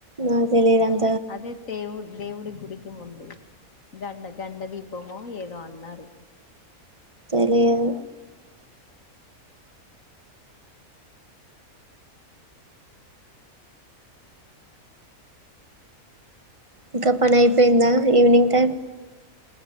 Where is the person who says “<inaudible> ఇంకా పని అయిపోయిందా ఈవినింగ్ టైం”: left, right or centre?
Right